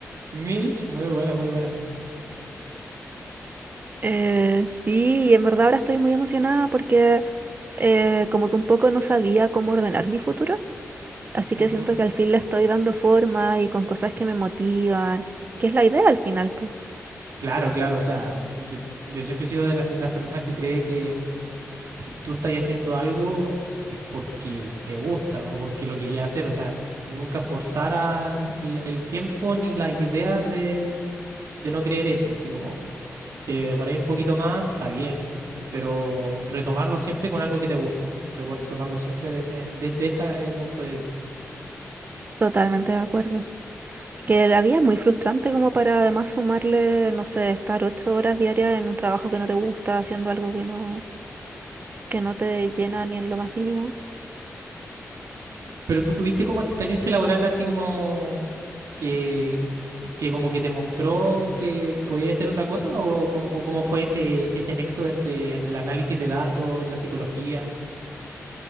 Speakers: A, on the right; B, on the right.
A: Mitch, muy buena, muy buena.
B: Eh, sí, y en verdad ahora estoy muy emocionada porque eh, como que un poco no sabía cómo ordenar mi futuro, así
A: Ujú.
B: que siento que al fin le estoy dando forma y con cosas que me motivan, que es la idea al final, pues,
A: Claro, claro. O sea, yo, yo siempre he sido de las, las personas que cree que si tú estás haciendo algo es porque te gusta o porque lo querías hacer. O sea, n- nunca forzar a l- el tiempo ni las ideas de no creer eso, así como si te demoráis un poquito más, está bien, eh, pero retomarlo siempre con algo que te gusta, repo- retomarlo siempre de ese- desde ese punto de vista.
B: totalmente de acuerdo. Es que la vida es muy frustrante como para además sumarle, no sé, estar ocho horas diarias en un trabajo que no te gusta, haciendo algo que no, que no te llena ni en lo más mínimo.
A: Pero tú tuviste como experiencia laboral así como que, que como que te mostró que podía ser otra cosa o cómo, o cómo fue ese, ese nexo entre el análisis de datos, la psicología.